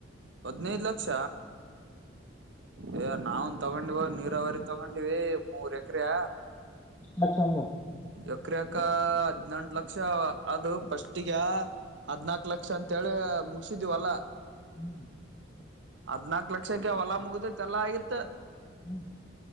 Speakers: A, on the right; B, on the left.
A: ಹದ್ನೈದು ಲಕ್ಷ ಅಯ ನಾವನ್ ತಗೊಂಡಿವ ನೀರಾವರಿ ತಗೊಂಡಿವ ಮೂರ್ ಎಕ್ರೆಯ
B: ಅ ಚಂದ
A: ಎಕ್ರ ಯಕ ಹದ್ನೆೆಂಟ ಲಕ್ಷ ಅದು ಪಫಸ್ಟಗ ಹದ್ನಾಕ್ ಲಕ್ಷ ಅಂತೇಳಿ ಮುಗಸಿದೀವಲ್ಲ
B: ಹ್ಮ್
A: ಹದ್ನಾಕ ಲಕ್ಷಕ್ಕೆ ಹೊಲ ಮುಗ್ದತ್ ಎಲ್ಲಾ ಆಗಿತ್ತು
B: ಹ್ಮ್